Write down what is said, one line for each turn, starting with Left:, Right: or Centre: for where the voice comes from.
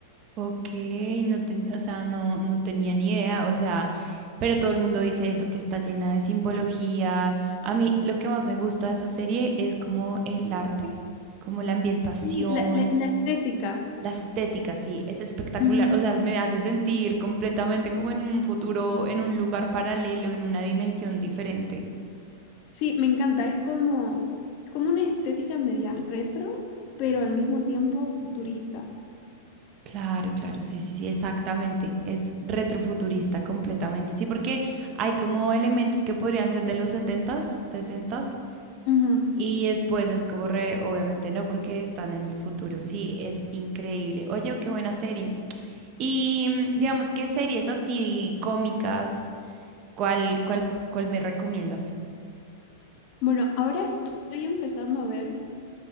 Right: ok, no ten- o sea, no, no tenía ni idea, o sea, pero todo el mundo dice eso, que está llena de simbologías. A mí lo que más me gusta de esa serie es como el arte, como la ambientación,
Left: Sí, la, la- la estética.
Right: la estética, sí, es espectacular.
Left: Ujú.
Right: O sea, me hace sentir completamente como en un futuro, en un lugar paralelo, en una dimensión diferente.
Left: Sí, me encanta. Es como, es como una estética media retro, pero al mismo tiempo futurista.
Right: Claro, claro, sí, sí, sí, exactamente. Es retrofuturista completamente. Sí, porque hay como elementos que podrían ser de los setentas, sesentas
Left: Ujú.
Right: y después es como re, obviamente no, porque están en el futuro. Sí, es increíble. Oye, qué buena serie. Y mm, digamos, ¿qué series así cómicas? ¿Cuál, cuál, cuál me recomiendas?
Left: Bueno, ahora estoy empezando a ver